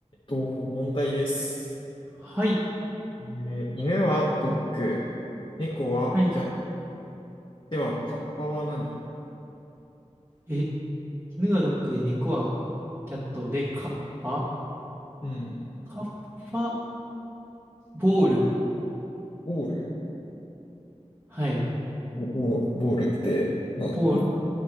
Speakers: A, on the left; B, on the right.
A: と、問題です。
B: はい。
A: えー犬はドッグ、猫はキャット
B: はい。
A: ではカッパは何
B: え、犬はドッグで、猫はキャットで、カッパ
A: うん。
B: カッパボール。
A: ボール
B: はい。
A: ボ、ボーボールって、な、
B: ボール。